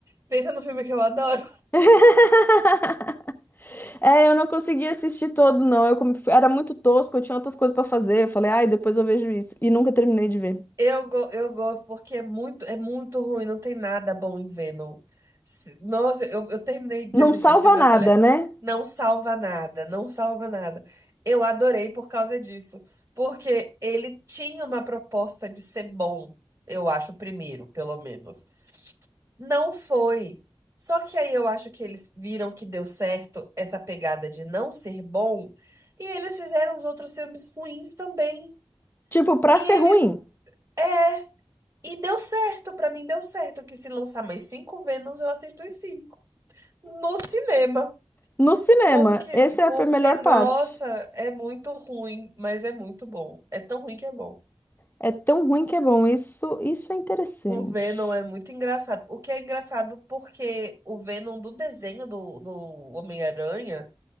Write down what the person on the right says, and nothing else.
Pensa no filme que eu adoro.
Eu, go- eu gosto porque é muito, é muito ruim, não tem nada bom em Venom. Se- Nossa, eu, eu terminei de
assistir
o filme,
eu falei,
não salva nada, não salva nada. Eu adorei por causa disso, porque ele tinha uma proposta de ser bom, eu acho, o primeiro, pelo menos. Não foi. Só que aí eu acho que eles viram que deu certo essa pegada de não ser bom, e eles fizeram os outros filmes ruins também.
E
ele
é. E deu certo, pra mim deu certo que se lançar mais cinco Vênus, eu assisto os cinco. No cinema.
Porque,
porque,
nossa,
é muito ruim, mas é muito bom. É tão ruim que é bom.
O Venom é muito engraçado. O que é engraçado porque o Venom do desenho do, do Homem-Aranha,